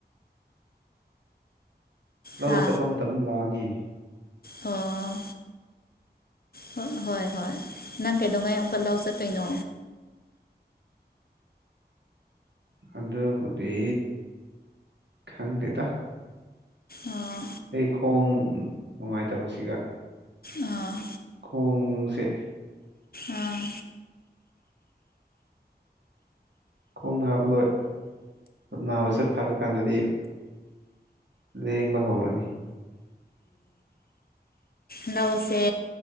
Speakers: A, on the right; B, on the left.
A: ꯂꯧ
B: ꯍꯥ
A: ꯆꯠꯄ ꯃꯇꯝꯗ ꯂꯥꯛꯑꯒꯦ
B: ꯑꯣ ꯍꯣꯏ ꯍꯣꯏ ꯍꯣꯏ ꯅꯪ ꯀꯩꯗꯧꯉꯩ ꯑꯃꯨꯛꯀ ꯂꯧ ꯆꯠꯇꯣꯏꯅꯣ
A: ꯍꯟꯗꯕꯨꯗꯤ ꯈꯪꯗꯦꯗ
B: ꯑꯣ
A: ꯑꯩ ꯈꯣꯡ ꯅꯨꯡꯉꯥꯏꯇꯕꯁꯤꯒ
B: ꯑꯥ
A: ꯄꯣꯡꯁꯦ
B: ꯑꯥ
A: ꯈꯣꯡ ꯅꯥꯕ ꯂꯣꯏ ꯅꯥꯕꯁꯦ ꯐꯔ ꯀꯥꯟꯗꯗꯤ ꯂꯦꯡꯕ ꯍꯧꯔꯅꯤ
B: ꯎꯝ ꯂꯧꯁꯦ